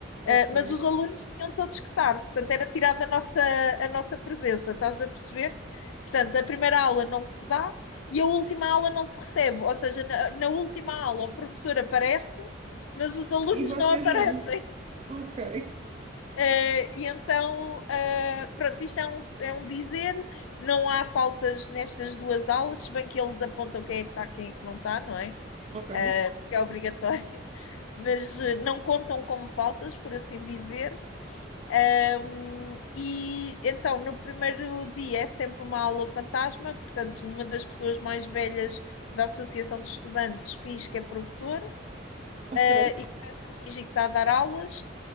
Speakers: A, on the right; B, on the left.
A: Ok.
B: eh, mas os alunos tinham todos que estar, portanto, era tirada a nossa, a nossa presença, estás a perceber? Portanto, a primeira aula não se dá e a última aula não se recebe, ou seja, na, na última aula o professor aparece, mas os alunos
A: E vocês
B: não aparecem.
A: não. Ok,
B: Eh, E então, eh, pronto, isto é um, é um dizer, não há faltas nestas duas aulas, se bem que eles apontam quem é que está, quem é que não está, não é?
A: ok,
B: Ah, Porque é obrigatório. mas eh, não contam como faltas, por assim dizer. Ahm, e então, no primeiro dia é sempre uma aula fantasma, portanto, uma das pessoas mais velhas da Associação de Estudantes finge que é professor,
A: ok.
B: eh, e começa a fingir que está a dar aulas.